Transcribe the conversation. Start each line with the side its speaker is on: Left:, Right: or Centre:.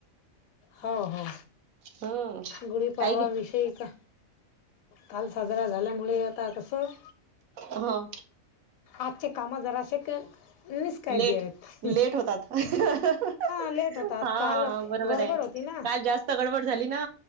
Left: हो हो...
Right: हम्म..
Left: गुढीपाडवाविषयी
Right: काही
Left: का काल साजरा झाल्यामुळे आता कसं
Right: हां..
Left: आजची कामे जराशि, क निसकाळजी
Right: लेट
Left: आहेत.
Right: लेट होतात हा
Left: लेट होतात काल
Right: बरोबर
Left: गडबड
Right: आहे,
Left: होती ना
Right: काल जास्त गडबड झाली ना.